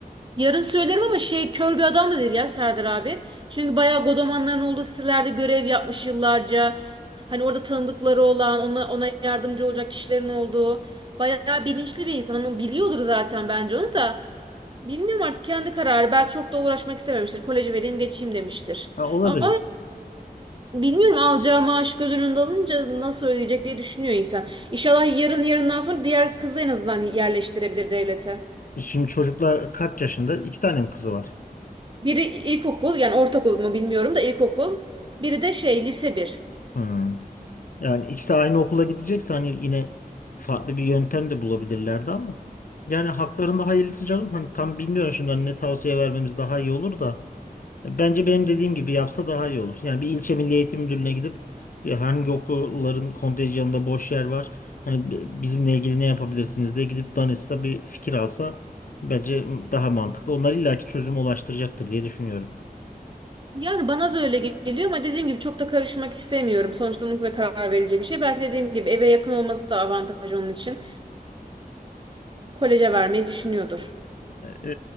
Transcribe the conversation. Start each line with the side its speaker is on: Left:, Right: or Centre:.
Right: Yarın söylerim ama şey kör bir adam da değil ya Serdar abi. Çünkü bayağı godomanların olduğu sitelerde görev yapmış yıllarca. Hani orada tanıdıkları olan, ona, ona yardımcı olacak kişilerin olduğu. Bayağı bilinçli bir insan. Hani Onu biliyordur zaten bence onu da. Bilmiyorum artık kendi kararı. Belki çok da uğraşmak istememiştir. Koleji vereyim geçeyim demiştir.
Left: Ha, olabilir.
Right: Ama bilmiyorum alacağı maaş göz önünde alınca nasıl ödeyecek diye düşünüyor insan. İnşallah yarın yarından sonra diğer kızı en azından yerleştirebilir devlete.
Left: Şimdi çocuklar kaç yaşında? İki tane mi kızı var?
Right: Biri ilkokul yani ortaokul mu bilmiyorum da ilkokul. Biri de şey lise bir
Left: Hmm. Yani ikisi aynı okula gidecekse hani yine farklı bir yöntem de bulabilirlerdi ama. Yani haklarında hayırlısı canım. Hani tam bilmiyorum şimdi hani ne tavsiye vermemiz daha iyi olur da. Bence benim dediğim gibi yapsa daha iyi olur. Yani bir ilçe Milli Eğitim Müdürlüğü'ne gidip ya hangi okulların kontenjanında boş yer var? Hani bi- bizimle ilgili ne yapabilirsiniz diye gidip danışsa bir fikir alsa bence daha mantıklı. Onlar illaki çözüme ulaştıracaktır diye düşünüyorum.
Right: Yani bana da öyle geliyor ama dediğim gibi çok da karışmak istemiyorum. Sonuçta onun ve karar verici bir şey. Belki dediğim gibi eve yakın olması da avantaj onun için. Koleje vermeyi düşünüyordur.
Left: E,